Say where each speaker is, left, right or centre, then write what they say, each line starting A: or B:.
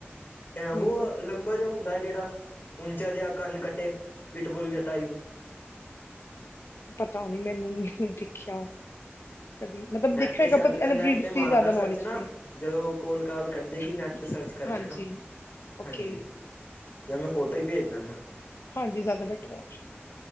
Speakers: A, on the left; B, on the left.
A: ਐ
B: ਮੈਨੂੰ
A: ਵੋ ਲੰਬਾ ਜਿਹਾ ਹੁੰਦਾ ਜਿਹੜਾ, ਉਚਾ ਜਿਹਾ ਕੰਨ ਕੱਟੇ ਪਿਟਬੁਲ ਜਿਹੇ ਟਾਈਪ
B: ਪਤਾ ਨਹੀਂ ਮੈਨੂੰ ਦੇਖਿਆ ਕਦੀ ਮਤਲਬ
A: ਨੈਟ
B: ਦੇਖਿਆ
A: ਤੇ
B: ਹੈਗਾ
A: ਸ਼ਰ
B: ਆਪਾਂ ਇਹ
A: ਨੈਟ
B: ਬ੍ਰਿਡ
A: ਤੇ ਮਾਰਨਾ
B: ਦੀ ਜ਼ਿਆਦਾ
A: ਸਰਚ
B: ਨੌਲੇਜ
A: ਨਾ
B: ਨਹੀਂ ਹੈਗੀ
A: ਜਦੋਂ ਕੋਲ ਕਾਲ ਕੱਟ ਜਾਏਗੀ ਨੈਟ ਤੇ ਸਰਚ ਕਰ
B: ਹਾਂਜੀ
A: ਲੈਣਾ
B: ਓਕੇ
A: ਹਾਂਜੀ, ਜਾਂ ਮੈਂ ਫੋਟੋ ਹੀ ਭੇਜ ਦਾਂਗਾ
B: ਹਾਂਜੀ ਜ਼ਿਆਦਾ ਬੈਟਰ ਹੈ।